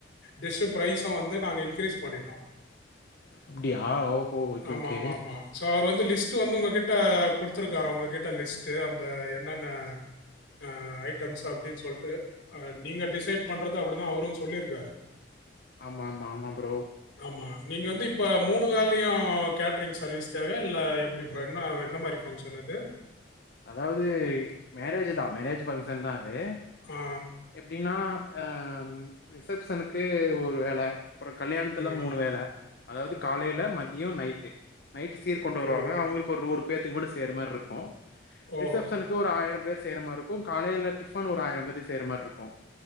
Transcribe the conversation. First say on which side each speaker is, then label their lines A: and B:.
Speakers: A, on the left; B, on the left.
A: டிஷ்ஷு பிரைஸூ வந்து நாங்க இன்கிரீஸ் பண்ணிட்டோம்
B: அப்டியா ஓஹோ ஓகே
A: ஆமா
B: ஓகே
A: ஆமா ஆமா ஸோ அவர் வந்து லிஸ்ட்டு வந்து உங்க கிட்ட குடுத்துருக்காரா உங்க கிட்ட லிஸ்ட்டு அந்த என்னென்ன ஆ ஐட்டம்ஸ் அப்டின் சொல்ட்டு நீங்க டிசைட் பண்றது அப்டிதா வரு சொல்லிருக்காரு
B: ஆமா ஆமா ஆமா ப்ரோ
A: ஆமா நீங்க வந்து இப்ப மூணு வேலையு கேட்ரிங் சர்வீஸ் தேவயா இல்ல எப்டி ப்ரோ என்னா என்ன மாரி ஃபங் ங்ஷன் அது
B: அதாவது மேரேஜ் தா மேரேஜ் ஃபங்க்ஷன் தா அது
A: ஆ.
B: அப்டினா அ ரிசப்ஷனுக்கு ஒரு வேல அப்பறோ கல்யாணத்துல
A: ம்.
B: மூணு வேல அதாவது காலைல மத்யோ நைட்டு நைட்டு சீர் கொண்டு வருவாங்க
A: ஓ!
B: அவுங்களுக்கு ஒரு நூறு பேத்துக்கு மட்டு செய்ற மார் ருக்கு
A: ஓ!
B: ரிசப்ஷனுக்கு ஒரு ஆயிர பேர் செய்ற மார் ருக்கு காலைல டிஃபன் ஒரு ஆயிர பேத்துக் செய்ற மார் ருக்கு